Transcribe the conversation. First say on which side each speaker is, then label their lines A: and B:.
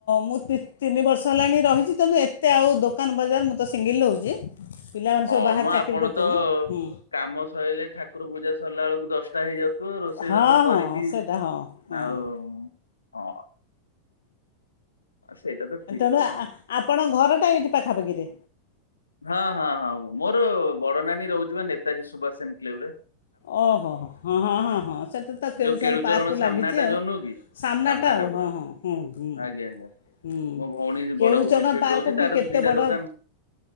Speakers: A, on the left; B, on the left.
A: ମୁଁ ତିନି ବର୍ଷ ହେଲାଣି ରହିଛି ତେଣୁ ଏତେ ଆଉ ଦୋକାନ ବଜାର ମୁଁ ତ ସିଙ୍ଗିଲ ରହୁଛି ପିଲାମାନେ
B: ହଁ
A: ସବୁ ବାହାରେ
B: ମୁଁ ଆପଣ
A: ଚାକିରି କରିଛନ୍ତି।
B: ତ
A: ହୁଁ
B: କାମ ସରିଲେ ଠାକୁର ପୂଜା ସରିଲା ବେଳକୁ ଦଶଟା ହେଇ ହେଇଯାଉଥିବ ରୋଷେଇବାସ
A: ହଁ
B: କରିକି
A: ହଁ ସେଇଟା ହଁ ହଁ।
B: ଆଉ ହଁ। ସେଇଟା ତ ଠିକ
A: ତେଣୁ
B: କଥା
A: ଆପଣ ଘରଟା ଏଇଠି ପାଖାପାଖିରେ
B: ହଁ ହଁ ହଁ ମୋର ବଡ ନାନୀ ରହୁଛି ବା ନେତାଜୀ ସୁବାସ ଇନକ୍ଳେଭ ରେ
A: ଓ ହୋ ହ ହଁ ହଁ ହଁ ସେଠି ତ କେଳୁସନ
B: ଯୋଉ କେଳୁଚରଣ
A: ପାର୍କ କୁ
B: ସାମ୍ନା
A: ଲାଗିଛି
B: ଟା
A: ଆଉ।
B: ଯୋଉ ନୁହଁ କି
A: ସମ୍ନା
B: ସାମ୍ନା
A: ଟା ଆଉ
B: ପୁରା
A: ହଁ ହଁ ହୁଁ ହୁଁ।
B: ଆଜ୍ଞା ଆଜ୍ଞା
A: ହୁଁ
B: ମୋ ଭଉଣୀ
A: କେଳୁଚଣା
B: ବଡ ଭଉଣୀ ସେଇଠି
A: ପାର୍କ
B: ରହୁଛି
A: ବି
B: ତାର
A: କେତେ
B: ଦିଟା
A: ବଡ଼
B: ଦୋକାନ